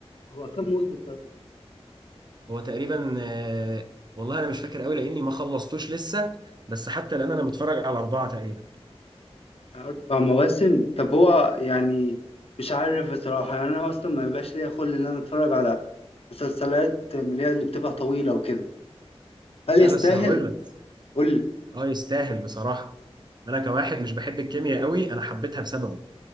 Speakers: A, on the left; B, on the right.
A: هو كم موسم طيب
B: هو تقريبا آه، والله انا مش فاكر قوي لاني ما خلصتوش لسه بس حتى الان انا متفرج على اربعه تقريبا
A: أربع مواسم طب هو يعني مش عارف بصراحة يعني أنا أصلا ما بيبقاش ليا خلق إن أنا أتفرج على مسلسلات من اللي هي اللي بتبقى طويلة وكده هل
B: لا
A: يستاهل؟
B: بس هقول لك
A: قول لي
B: اه يستاهل بصراحة انا كواحد مش بحب الكيمياء قوي انا حبيتها بسببه